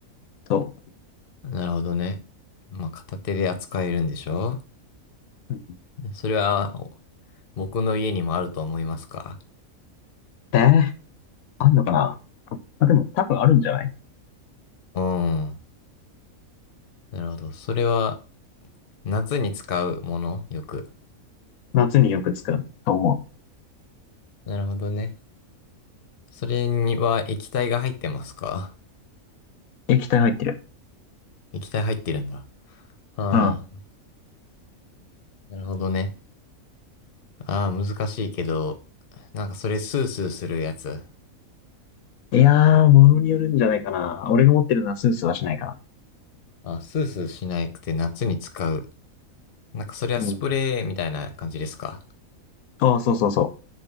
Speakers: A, on the left (about 80°); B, on the left (about 45°).
A: そ
B: なるほどね。まあ、片手で扱えるんでしょ
A: う。うん
B: それは、お僕の家にもあると思いますか
A: えー、あんのかな。まあでも多分あるんじゃない
B: うん。なるほど。それは、夏に使うものよく。
A: 夏によく使うと思う。
B: なるほどね。それには液体が入ってますか
A: 液体入ってる。
B: 液体入ってるんだ。ああ、
A: うん。
B: なるほどね。ああ、難しいけど、なんかそれスースーするやつ。
A: いやー、ものによるんじゃないかな。俺が持ってるのはスースーはしないかな。
B: ああ、スースーしなくて夏に使う。なんかそれはスプレーみたいな感じですか
A: うん。ああ、そうそうそう。